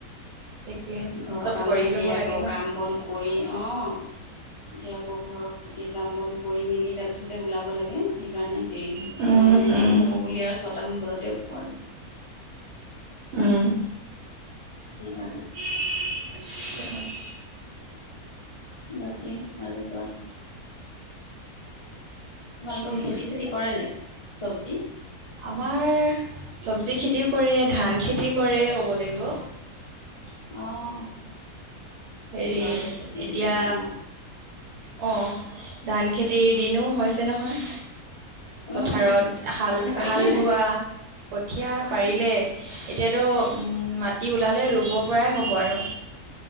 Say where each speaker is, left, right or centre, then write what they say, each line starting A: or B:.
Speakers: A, on the right; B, on the left.
A: তাকে
B: ঘৰৰ
A: চব
B: কাম
A: কৰি
B: থাকে,
A: ল'ব
B: আকৌ
A: লাগে ন
B: কাম বন কৰি অ', এতিয়া আকৌ ঘৰৰ গোটেই কাম বন কৰি মেলি তাৰপিছতে ওলাব লাগে, সেইকাৰণে দেৰি হৈ,
A: উম
B: মানে
A: উম
B: দেৰি হয়গে। হ'ব বুলি আৰু ছয়টা মান বজা উঠো আৰু।
A: উম।
B: সেইকাৰণে।
A: <unintelligible>
B: বাকী আৰু কোৱা। তোমালোকৰ
A: উম
B: খেতি-চেতি কৰে নে, চবজি?
A: আমাৰ চবজি খেতিও কৰে, ধান খেতি কৰে ক'ব লাগিব।
B: অ'।
A: এই
B: ঘৰতে চবজি
A: এতিয়া।
B: তেতিয়াহ'লে ন?
A: অ' ধান খেতিৰ দিনো হৈছে নহয়।
B: উম
A: পথাৰত
B: উম
A: হাল
B: কঠীয়া পাৰিলে
A: হাল
B: নাই?
A: বোৱা কঠীয়া পাৰিলে
B: উম
A: এতিয়া। টো মাটি ওলালে ৰুব পৰাই হ'ব আৰু।